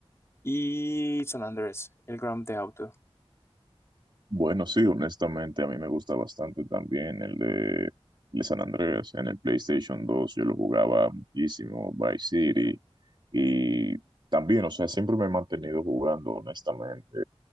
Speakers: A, on the left; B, on the right.
A: y San Andrés, el Grand Theft Auto.
B: Bueno, sí, honestamente a mí me gusta bastante también el de, el de San Andreas en el PlayStation 2. Yo lo jugaba muchísimo, Vice City. Y también, o sea, siempre me he mantenido jugando, honestamente,